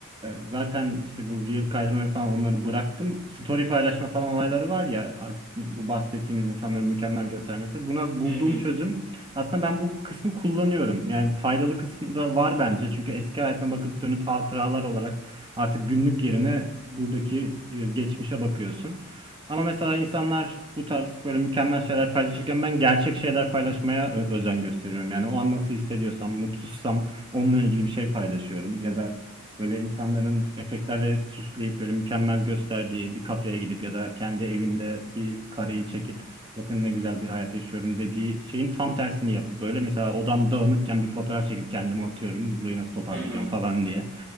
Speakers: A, on the right; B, on the right.
A: e, zaten işte bu reel kaydırmayı falan onları bıraktım. Story paylaşma falan olayları var ya artık bu bahsettiğimiz insanların mükemmel göstermesi. Buna bulduğum
B: Hı hı.
A: çözüm aslında ben bu kısmı kullanıyorum. Yani faydalı kısmı da var bence. Çünkü eski hayatına bakıp dönüp hatıralar olarak artık günlük yerine buradaki e, geçmişe bakıyorsun. Ama mesela insanlar bu tarz böyle mükemmel şeyler paylaşırken ben gerçek şeyler paylaşmaya ö- özen gösteriyorum. Yani o an nasıl hissediyorsam, mutsuzsam onunla ilgili bir şey paylaşıyorum ya da böyle insanların efektlerle süsleyip böyle mükemmel gösterdiği bir kafeye gidip ya da kendi evinde bir kareyi çekip bakın ne güzel bir hayat yaşıyorum dediği şeyin tam tersini yapıp böyle mesela odam dağınıkken bir fotoğraf çekip kendime atıyorum burayı nasıl toparlayacağım
B: Hı hı.
A: falan diye.